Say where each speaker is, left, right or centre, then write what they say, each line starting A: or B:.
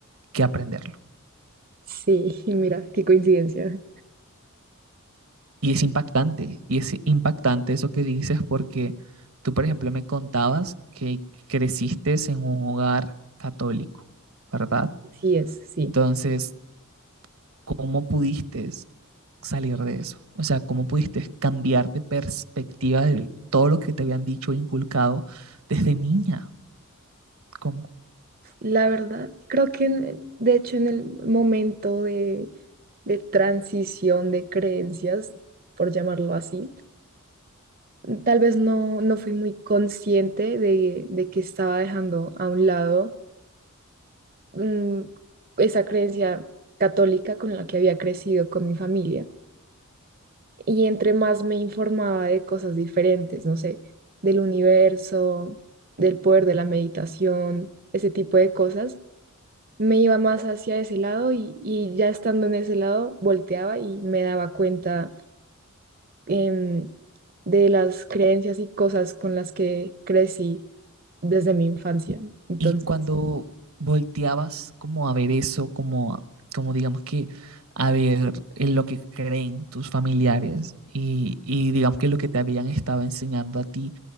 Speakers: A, on the right; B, on the right.
A: que aprenderlo.
B: sí, <laughs> mira, qué coincidencia.
A: Y es impactante, y es impactante eso que dices porque tú, por ejemplo, me contabas que creciste en un hogar católico, ¿verdad?
B: Sí es, sí.
A: Entonces, ¿cómo pudiste salir de eso? O sea, ¿cómo pudiste cambiar de perspectiva de todo lo que te habían dicho e inculcado desde niña? ¿Cómo?
B: La verdad, creo que en- de hecho en el momento de, de transición de creencias, por llamarlo así, tal vez no, no fui muy consciente de, de que estaba dejando a un lado mm, esa creencia católica con la que había crecido con mi familia. Y entre más me informaba de cosas diferentes, no sé, del universo, del poder de la meditación, ese tipo de cosas, me iba más hacia ese lado y, y ya estando en ese lado volteaba y me daba cuenta em, de las creencias y cosas con las que crecí desde mi infancia. Entonces,
A: Y cuando volteabas como a ver eso, como, a- como digamos que a ver en lo que creen tus familiares y, y digamos que lo que te habían estado enseñando a ti,